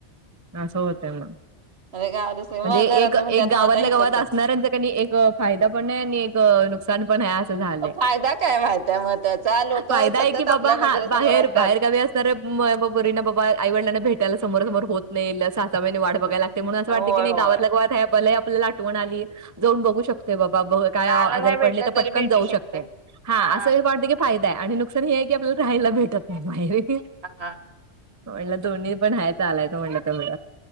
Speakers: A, on the right; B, on the right.
A: असं होतय मग
B: अरे गावात असल्या
A: म्हणजे
B: मग घरातले
A: एक
B: म्हणतात
A: एक गावातल्या
B: मग आता इथंच
A: गावात असणाऱ्यांचा
B: आहे
A: कणी एक फायदा आणि एक नुकसान पण हाय आ झाले
B: फायदा काय माहितय मग त्याचा लोक
A: फायदा
B: सतत
A: आहे की बाबा
B: आपल्या नजरेसमोर
A: हा बाहेर
B: असतात
A: बाहेर गावी असणाऱ्या पोरींना बाबा आईवडिलांना भेटयला समोरा समोर होत नाही सहा सहा महिने वाट बघाय लाग ते म्हणून असं
B: होय
A: वाटत क नाही
B: होय
A: गाावातल्या गावात आहे ब आपल्याला आठवण आली जाऊन बघू शकतोय बा <unintelligible> काय
B: दहाला
A: आवं आजारी
B: नाही भेटलं
A: पडले तर
B: तरी
A: पटकन
B: भेटू
A: जाऊ
B: शकतय
A: शकते हां
B: हा
A: असंही वाटतं की फायदाय आणि नुकसान हे आहे की आपल्याला राहायला भेटत नाही भाहेहे
B: <inaudible>
A: म्हणलं दोन्ही पण हाय चालायचं म्हणलं तेवढ